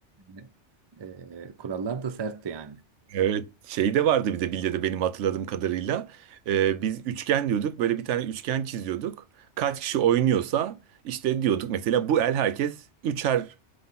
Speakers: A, on the right; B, on the right.
A: Yani, ee, kurallar da sertti yani.
B: Evet, şey de vardı bir de bilyede benim hatırladığım kadarıyla. Ee, biz üçgen diyorduk. Böyle bir tane üçgen çiziyorduk. Kaç kişi oynuyorsa işte diyorduk mesela bu el herkes üçer